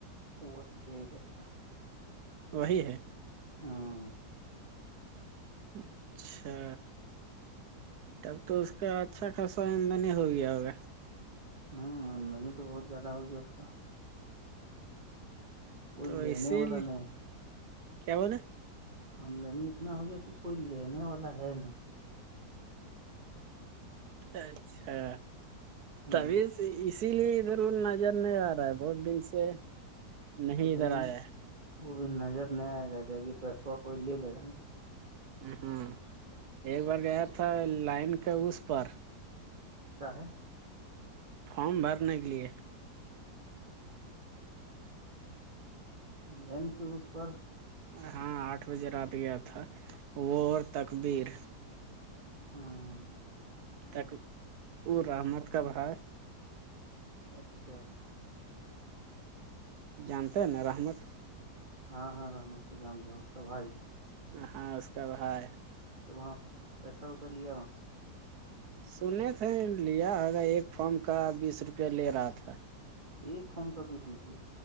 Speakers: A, on the right (about 30°); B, on the right (about 70°).
A: کوگ کا
B: وہی ہے
A: ہاں
B: اچھا تب تو اس کا اچھا خاصا ادن ہی ہو گیا ہوگا
A: ہوں آمدنی تو بہت زیادہ ہوگیا اس کا کوئی
B: تو
A: لینے
B: اسی
A: والا
B: لیے
A: نہیں ہے
B: کیا بول
A: آمدنی اتنا ہو گیا کہ کوئی لینے والا ہے نہیں
B: اچھا
A: ہ
B: تبھی اس اسی لیے ادھر ا نظر نہیں آ رہا ہے بہت دن سے نہیں
A: وہ بھی
B: ادھر آیا
A: وہ بھی نظر نہیں آئے گا کیا کہ پیسو کوئی لے لے گا نا
B: ہاں ایک بار گیا تھا لائن کا اس پر
A: کا ہے
B: فم بھرنے کے لیے
A: لین کی اس پر
B: ہاں آٹھ بجے رات گیا تھا وہ اور تقبیر
A: ہاں
B: تک وہ رحمت کابھائی
A: اچھا
B: جانتے ہیں نا رحمت
A: ہاں ہاں رحمت کو جان رہ ہیں اس کا بھائی
B: ہاں اس کا بھا ہے
A: تو وہاں پیسہ وسا لیا وہاں
B: سنے تھے لیا ہوگا ایک فارم کا بیس روپیہ لے رہا تھا
A: ایک فم کا بیس روپیہ